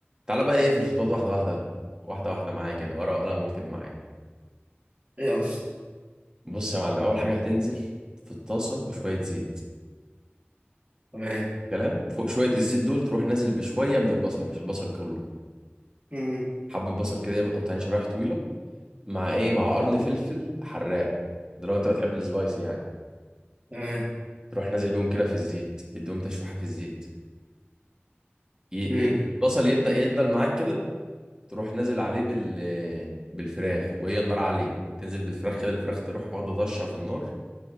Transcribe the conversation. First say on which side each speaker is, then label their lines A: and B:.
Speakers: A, on the right (about 20°); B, on the right (about 40°).
A: تعالى بقى ايه في الخطوات واحده واحده واحده واحده معايا كده ورقه وقلم واكتب معايا
B: يلا
A: بص يا معلم اول حاجه هتنزل في الطاسه بشويه زيت
B: تمام
A: كلام فوق شويه الزيت دول تروح نازل بشويه من البصل مش البصل كله
B: امم
A: حبه بصل كده متقطعين شرايح طويله مع ايه مع قرن فلفل حراق ده لو انت بتحب السبايسي يعني
B: تمام
A: تروح نازل بيهم كده في الزيت تديهم تشويحه في الزيت ي...
B: امم
A: البصل يبدا يدبل معاك كده تروح نازل عليه بال بالفراخ وهي النار عاليه تنزل بالفراخ كده الفراخ تروح واخده طشه في النار